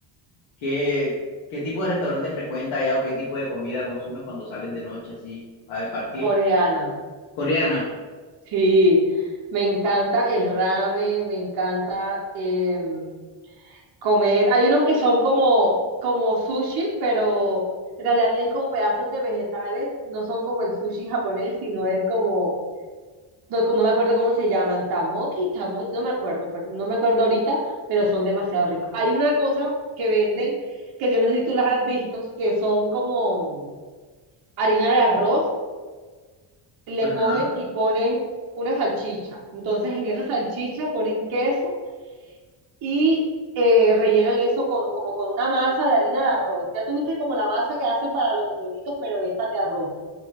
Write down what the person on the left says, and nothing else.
¿Qué, qué tipo de restaurante frecuentas allá o qué tipo de comida consumes cuando sales de noche así a partir?
Coreana.
Ajá,